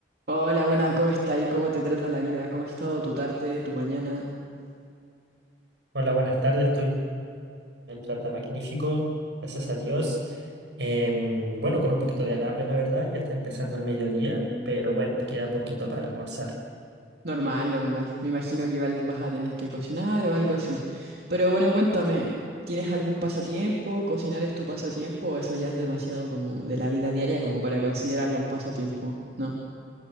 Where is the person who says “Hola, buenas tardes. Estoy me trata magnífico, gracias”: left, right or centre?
Right